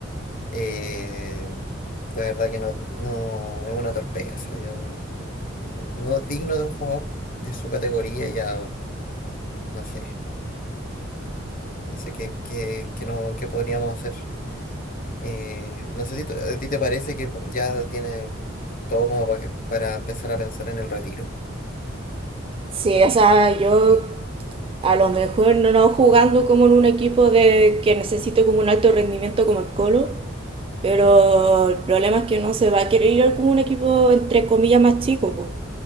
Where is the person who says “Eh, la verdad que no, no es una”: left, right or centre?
Left